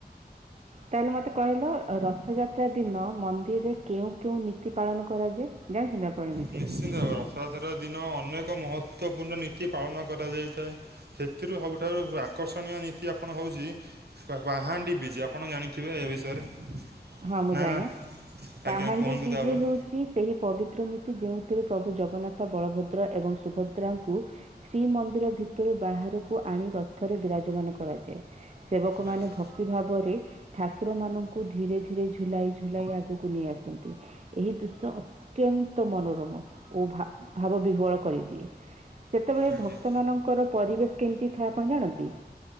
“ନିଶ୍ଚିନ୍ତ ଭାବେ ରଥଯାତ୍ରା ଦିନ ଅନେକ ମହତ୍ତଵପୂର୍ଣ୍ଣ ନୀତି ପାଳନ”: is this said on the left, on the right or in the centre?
Right